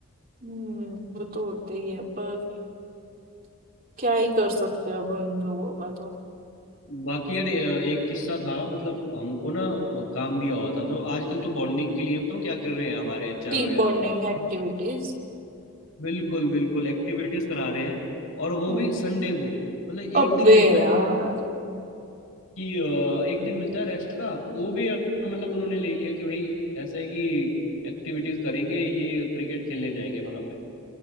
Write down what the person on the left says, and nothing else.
बाकी यार ए- एक किस्सा था मतलब हमको ना अ, काम दिया हुआ था तो आजकल तो बॉन्डिंग के लिए बताऊँ क्या कर रहे हैं हमारे एचआर
वगैरह
बिल्कुल बिल्कुल एक्टिविटीज करा रहे हैं और वो
भी संडे को मतलब एक
दिन मिलता है
हमको कि अ, एक दिन मिलता है रेस्ट का वो भी अ, मतलब उन्होंने ले लिया कि भाई ऐसा है कि एक्टिविटीज करेंगे ये क्रिकेट खेलने जाएंगे वहां पे